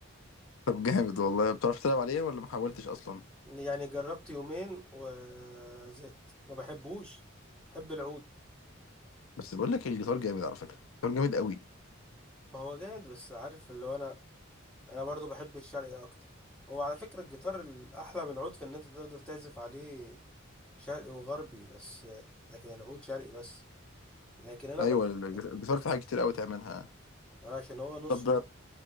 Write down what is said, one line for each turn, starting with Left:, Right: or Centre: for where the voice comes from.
Left: طب جامد والله بتعرف تلعب عليه ولا ما حاولتش اصلا
Centre: <laughs> يعني جربت يومين وزهقت ما بحبوش بحب العود
Left: بس بقول لك الجيتار جامد على فكره الجيتار جامد قوي
Centre: ما هو جامد بس عارف اللي هو أنا أنا برضو بحب الشرقي أكتر هو على فكرة الجيتار الأحلى من العود في إن أنت تقدر تعزف عليه شرقي وغربي بس لكن العود شرقي بس لكن أنا
Left: ايوه
Centre: بحب
Left: الج- الجيتار في حاجات كتير قوي تعملها
Centre: آه، عشان هو نص
Left: طب
Centre: طول